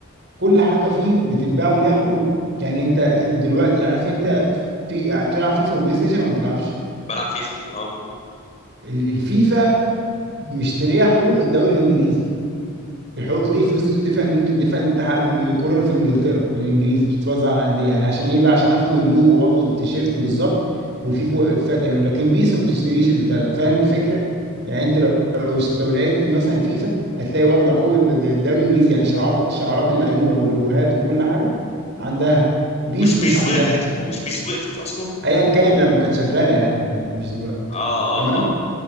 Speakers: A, on the right; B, on the left.
A: كل حاجه فيه بتتباع وليها حقوق يعني انت دلوقتي عارف انت في بتلعب فيفا وبلاي ستيشن ولا ما بتلعبش
B: بلعب فيفا اه
A: ال- الفيفا مشتريه حقوق الدوري الانجليزي الحقوق دي الفلوس دي بتدفع لمين بتدفع للاتحاد للكره في انجلترا للانجليزي بتتوزع على الانديه يعني عشان ايه بقى عشان اخد اللوجو واخد التيشيرت بالظبط والفيفا الفيفا تعمل لكن بيس ما بتشتريش البتاع ده فاهم الفكره يعني انت لو لو لو لعبت مثلا فيفا هتلاقي واخده حقوق الد- الدوري الانجليزي يعني شعارات شعارات اللعيبه واللوجوهات وكل حاجه عندها بيس
B: مش
A: مش
B: بيس
A: عندها
B: وقفت مش بيس وقفت اصلا
A: ايا كان لما كانت شغاله يعني ما كان مش دلوقتي
B: اه
A: تمام
B: اه